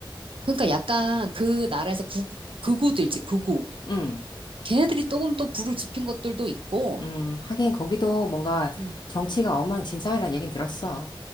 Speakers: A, on the right; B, on the left.
A: 그러니까 약간 그 나라에서 구, 극우도 있지, 극우.
B: 음,
A: 걔네들이 조금 또 불을 지핀 것들도 있고,
B: 음. 하긴 거기도 뭔가
A: 음,
B: 정치가 엉망진창이라는 얘긴 들었어.